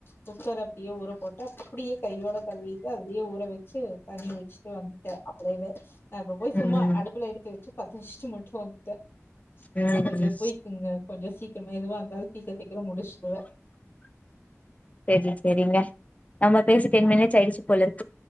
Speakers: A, on the left; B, on the left.
A: குக்கர அப்டியே ஊர போட்டு அப்டியே கையோட இத அதிலயே ஊற வச்சு <unintelligible> தண்ணி ட்டு வந்துட்டேன் அப்பளவே நான் இப்ப போய் சும்மா
B: ம்
A: அடுப்புல எடுத்து வச்சு பத்தவச்சிட்டு மட்டும் வந்துட்டேன்
B: ம்
A: நான் கொஞ்சம் போய்குங்க கொஞ்சம் சீக் எதுவா இருந்தாலும் சீக்கிரம் சீக்கிரம் முடிச்சிருவே
B: செரி செரிங்க நம்ம பேசி டென் மினிட்ஸ் ஆய்டுச்சு <unintelligible>